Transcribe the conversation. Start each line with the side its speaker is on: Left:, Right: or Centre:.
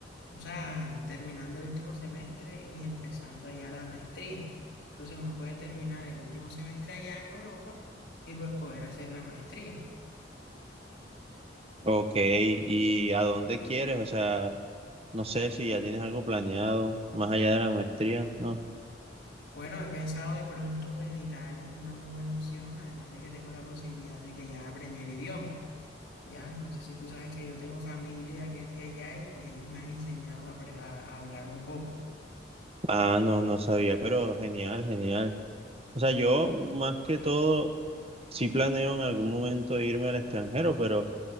Left: o sea, terminando el último semestre y empezando allá la maestría. Entonces uno puede terminar el último semestre allá en Europa y pues poder hacer la maestría.
Right: Ok, ¿y a dónde quieres? O sea, no sé si ya tienes algo planeado más allá de la maestría, ¿no?
Left: Bueno, he pensado de pronto en Italia, es una muy buena opción, además de que tengo la posibilidad de que ya aprendí el idioma. Ya, no sé si tú sabes que yo tengo familia que es de allá y pues ellos me han enseñado a, apre- a a hablar un poco.
Right: Ah, no, no sabía, pero genial, genial. O sea, yo más que todo sí planeo en algún momento irme al extranjero, pero